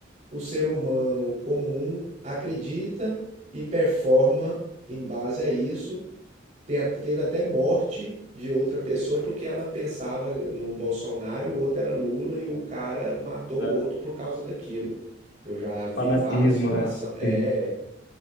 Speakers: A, on the right; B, on the left.
A: o ser humano comum acredita e performa em base a isso, tem teve até morte de outra pessoa porque ela pensava no Bolsonaro, o outro era Lula e o cara matou
B: é-
A: o
B: é
A: outro por causa daquilo. Eu já vi
B: fanatismo,
A: várias situações.
B: né?
A: É,
B: Sim.